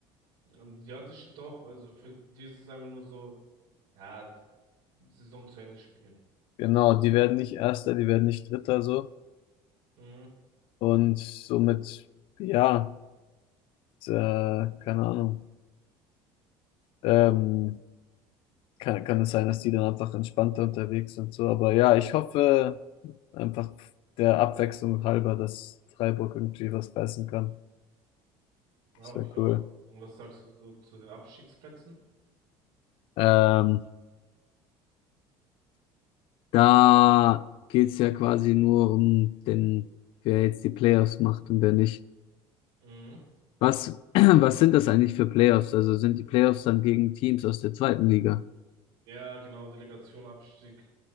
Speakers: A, on the right (about 75°); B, on the left (about 60°).
A: Ähm, Ja, das stimmt auch. Also für die ist es einfach nur so, ja, Saison zu Ende spielen.
B: Genau, die werden nicht Erster, die werden nicht Dritter so.
A: Mhm.
B: Und somit, ja, äh, keine Ahnung. Ähm, kann, kann es sein, dass die dann einfach entspannter unterwegs sind so. Aber ja, ich hoffe. Einfach der Abwechslung halber, dass Freiburg irgendwie was beißen kann.
A: Ja,
B: Das
A: hoffe
B: wäre
A: ich
B: cool.
A: auch. Und was sagst du so zu den Abstiegsplätzen?
B: Ähm, da geht's ja quasi nur um den, wer jetzt die Playoffs macht und wer nicht.
A: Mhm.
B: Was, <clears throat> was sind das eigentlich für Playoffs? Also sind die Playoffs dann gegen Teams aus der zweiten Liga?
A: Ja, genau, Delegation, Abstieg.